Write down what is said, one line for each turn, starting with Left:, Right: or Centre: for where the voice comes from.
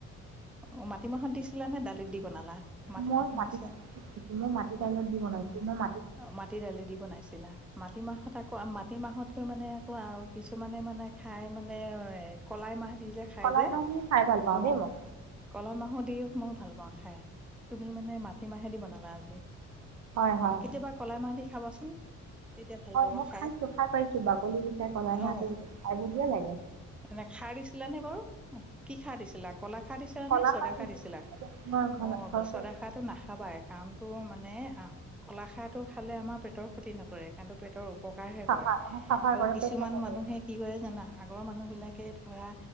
Centre: অ মাটিমাহত দিছিলা নে দালিত দি বনালা মাটি
Right: মই মাটিমাহ
Centre: নিছে
Right: মই মাটিাইলত দি বনাইছো মই ম
Centre: অ মাটি দালি দি বনাইছিলা মাটি মাহত আকৌ মাটি মাহতকৈ মানে আকৌ আৰু কিছুমানে মানে খাই মানে কলাই মাহ দি যে খাই
Right: কলাই
Centre: যে
Right: মাহ দি খাই ভাল পাওঁ
Centre: অ
Right: দেই মই
Centre: কলম মাহো দি ময়ো ভাল পাওঁ খাই তুমি মানে মাটি মাহেদি বনালা আজি
Right: হয় হয়
Centre: কেতিয়া কলা মাহ দি খাবাচোন। তেতিয়া ভাল পাবা
Right: মই
Centre: খাই
Right: খাইছো পাইছো বাকলি গুচাই কলাই
Centre: আহ,
Right: মাহটো খাই বঢ়িয়া লাগে
Centre: এনে খাৰ দিছিলা নে? বাৰু কি খাৰ দিছিলা? ক'লা খাৰ দিছিলা
Right: কলা
Centre: নে? চদা খাৰ
Right: দি
Centre: দিছিলা?
Right: মই ঘৰ
Centre: অ',
Right: ঘৰতে
Centre: চদা খাৰটো নাখাবাই কাৰণো মানে মানে অ, কলাখাৰটো খালে আমাৰ পেটৰ ক্ষতি নকৰে কাৰণটো পেটৰ প্ৰকাৰহে
Right: চাফা
Centre: কৰে
Right: চাফা
Centre: আৰু
Right: কৰে
Centre: কিছুমান
Right: পেট চাফা
Centre: মানুহে
Right: কৰে
Centre: কি কৰে জানা আগৰ মানুহ বিলাকে ধৰা